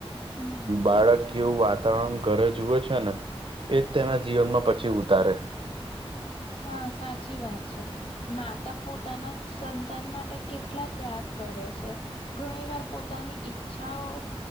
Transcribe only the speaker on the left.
હમ
હા સાચી વાત છે માતા પોતાના સંતાન માટે કેટલા ત્યાગ કરે છે ઘણી વાર પોતાની ઈચ્છાઓ